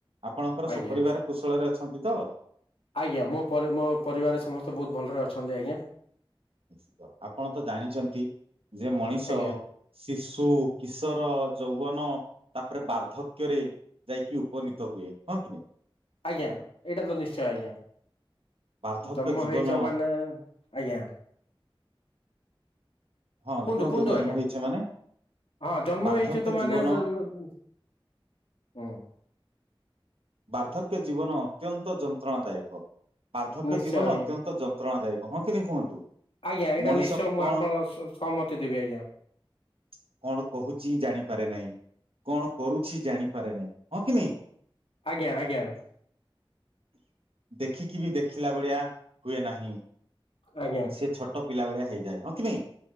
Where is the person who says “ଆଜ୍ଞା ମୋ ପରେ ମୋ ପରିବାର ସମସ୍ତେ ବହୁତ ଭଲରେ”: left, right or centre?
Left